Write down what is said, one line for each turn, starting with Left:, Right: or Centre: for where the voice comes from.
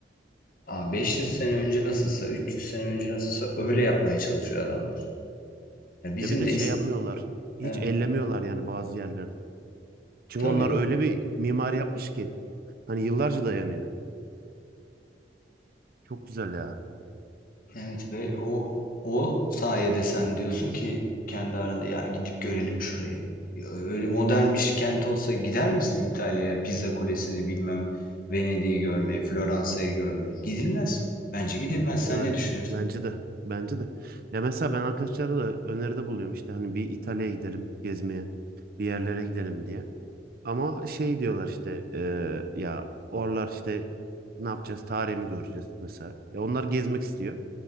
Left: Ama 500 sene önce nasılsa, 300 sene önce nasılsa öyle yapmaya çalışıyor adamlar. Ya bizim
Right: Ya bir de
Left: de
Right: şey
Left: ist
Right: yapmıyorlar.
Left: evet,
Right: Hiç ellemiyorlar yani bazı yerlerde. Çünkü
Left: tabii.
Right: onlar öyle bir mimari yapmış ki hani yıllarca dayanıyor. Çok güzel ya.
Left: Evet ve o o sayede sen diyorsun ki kendi aranda ya gidip görelim şurayı. Ya Öyle modern bir kent olsa gider misin İtalya'ya, Pizza Kulesi'ni bilmem Venedik'i görmeye, Floransa'yı görmeye? Gidilmez. Bence gidilmez.
Right: Yani
Left: Sen ne düşünüyorsun?
Right: bence de. Bence de. Ya mesela ben arkadaşlara da öneride buluyorum işte hani bir İtalya'ya gidelim gezmeye, bir yerlere
Left: Hı hı.
Right: gidelim diye. Ama şey diyorlar işte eee, ya oralar işte ne yapacağız? Tarihi mi göreceğiz mesela? Ya onlar gezmek istiyor.